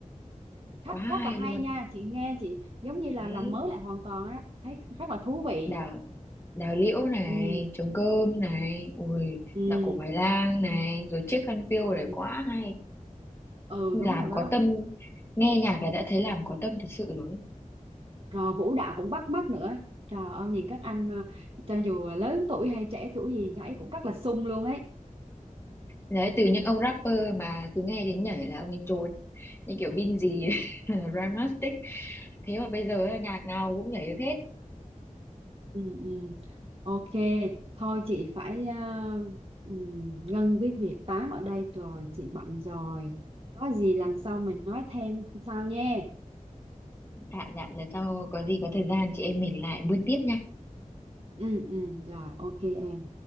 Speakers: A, on the right; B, on the left.
A: rất
B: quá
A: rất
B: hay
A: là hay
B: luôn
A: nha chị nghe chị giống như
B: đấy
A: là làm mới lại hoàn toàn á thấy rất là thú vị
B: đào đào liễu này
A: ừ
B: trống cơm này ui
A: ừ
B: dạo cổ Hoài Lang này rồi chiếc khăn piêu này
A: ừ
B: quá hay
A: Ừ,
B: làm
A: đúng rồi
B: có
A: đó
B: tâm nghe nhạc là đã thấy làm có tâm thật sự rồi
A: rồi vũ đạo cũng bắt mắt nữa trời ơi nhìn các anh ờ, cho dù lớn tuổi hay trẻ tuổi gì nhảy cũng rất là sung luôn ấy
B: đấy từ những ông rapper mà cứ nghe đến nhảy là ông ấy trốn như kiểu Bin gì <laughs> Rhymastic thế mà bây giờ ấy, nhạc nào cũng nhảy được hết
A: ừ ừ ok thôi chị phải à, ừm, ngưng với việc tám ở đây rồi chị bận rồi có gì lần sau mình nói thêm sau nha
B: dạ dạ lần sau có gì có thời gian chị em mình lại buôn tiếp nha
A: ừ ừ rồi ok em